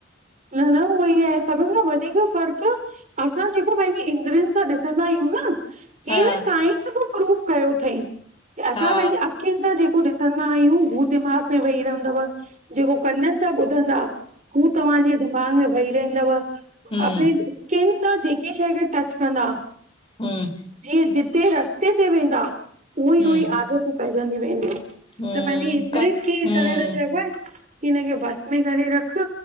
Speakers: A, on the right; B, on the left.
A: न न उहोई कै सभिनि खां वधीक फ़र्क असां जेको पंहिंजी इंद्रियुनि सां ॾिसंदा आहियूं न।
B: हा
A: ही न साइंस प्रूफ कयो अथई कि असां
B: हा
A: पंहिंजे अखियुनि सां जेको ॾिसंदा आहियूं हू दिमाग़ में वेही रहंदव जेको कननि सां ॿुधंदा हू तव्हांजे दिमाग़ में वही रहंदव। <unintelligible>
B: हम
A: स्किन सां जेकी शइ खे टच कंदा।
B: हम्म।
A: जीअं जिते रस्ते ते वेंदा उई
B: हम
A: उई आदतूं पइजंदूं वेंदियूं। त
B: हम
A: पंहिंजी इंद्रियुनि
B: क
A: खे
B: हम
A: तॾे त चइबो आहे कि हिनखे बस में करे रख।